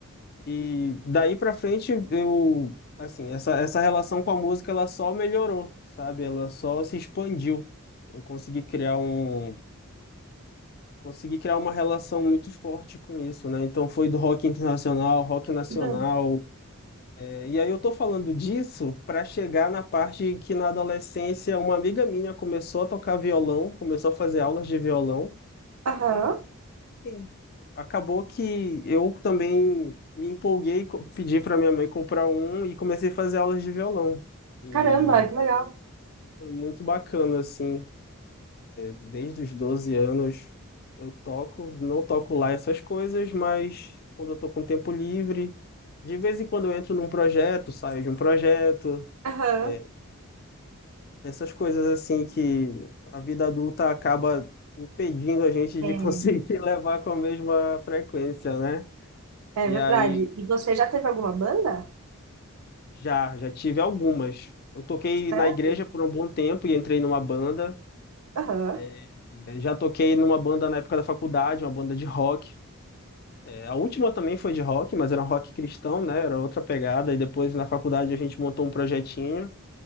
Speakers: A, on the left; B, on the right.
A: E daí pra frente eu, assim, essa, essa relação com a música ela só melhorou, sabe? Ela só se expandiu. Eu consegui criar um, consegui criar uma relação muito forte com isso, né? Então foi do rock internacional, rock nacional.
B: Uhum.
A: É, E aí eu tô falando disso para chegar na parte que na adolescência uma amiga minha começou a tocar violão, começou a fazer aulas de violão.
B: Aham.
A: Sim. Acabou que eu também me empolguei, co- pedi para minha mãe comprar um e comecei a fazer aulas de violão. E
B: Caramba, que legal.
A: foi muito bacana, assim. Desde os 12 anos eu toco, não toco lá essas coisas, mas quando eu tô com tempo livre, de vez em quando eu entro num projeto, saio de um projeto,
B: Aham.
A: é, essas coisas assim que a vida adulta acaba impedindo a gente
B: É,
A: de <laughs> conseguir levar com a mesma frequência, né?
B: É
A: E
B: verdade.
A: aí
B: E você já teve alguma banda?
A: já, já tive algumas. Eu toquei
B: Sério?
A: na igreja por um bom tempo e entrei numa banda.
B: Aham.
A: é, já toquei numa banda na época da faculdade, uma banda de rock. É, a última também foi de rock, mas era um rock cristão, né? Era outra pegada. E depois na faculdade a gente montou um projetinho.